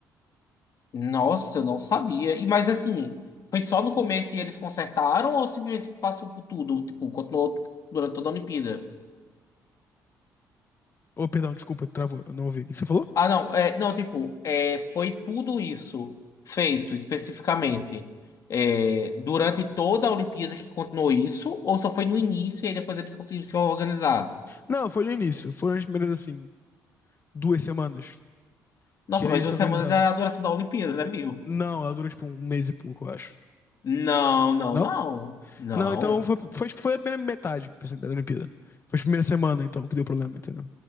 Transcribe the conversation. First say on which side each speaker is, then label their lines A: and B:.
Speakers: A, on the left; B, on the left.
A: Nossa, eu não sabia. E, mas assim, foi só no começo e eles consertaram ou simplesmente passou por tudo? Tipo, continuou durante toda a Olimpíada?
B: Oh, perdão, desculpa, travou, eu não ouvi. O que você falou?
A: Ah, não, é, não, tipo, é, foi tudo isso feito especificamente é, durante toda a Olimpíada que continuou isso, ou só foi no início e aí depois eles conseguiram se organizar?
B: Não, foi no início. Foram as primeiras, assim, duas semanas.
A: Nossa,
B: Que aí
A: mas
B: eles
A: duas
B: se organizaram.
A: semanas é a duração da Olimpíada, né, meu?
B: Não, ela dura tipo um mês e pouco, eu acho.
A: Não, não,
B: Não?
A: não, não.
B: Não, então foi, foi, tipo, foi a primeira metade por da Olimpíada. Foi a primeira semana, então, que deu problema, entendeu?